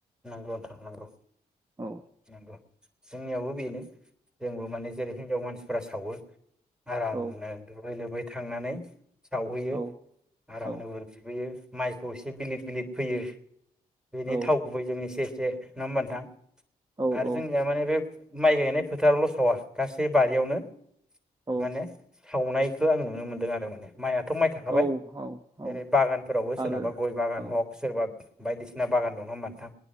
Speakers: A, in the centre; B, on the right (about 25°).
A: नंगौ नोंथां नंगौ
B: औ
A: नंगौ। जोंनियावबो बेनो। जोंबो माने जेरै हिनजाव मानसि फोरा सावो। आरामनो
B: ओ
A: दुगै लोबै थांनानै सावहैयो
B: औ
A: आरामनो
B: औ
A: बोर बिबोयो माइखौ एसे बिलिद बिलिद फैयो। बेनि
B: औ
A: थाव जों एसे एसे नङा होनबा नोंथां?
B: औ
A: आरो
B: औ
A: जोंनिया माने बे माइ गायनाय फोथारावल' सावा गासै बारियावनो
B: औ
A: माने सावनायखौ आं नुनो मोन्दों आरो माने। माइआथ' माइ थाखाबाय
B: औ औ औ
A: ओरै बागानफोरावबो सोरनाबा
B: आरो
A: गय बागान
B: औ
A: हक सोरबा बायदिसिना बागान दं नङा होनबा नोंथां?